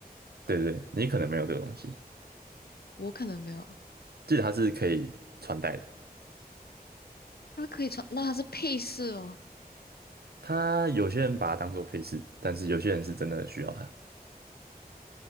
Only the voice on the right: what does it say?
对对对，你可能没有这个东西，
记得它是可以穿戴的，
它有些人把它当做配饰，但是有些人是真的需要它。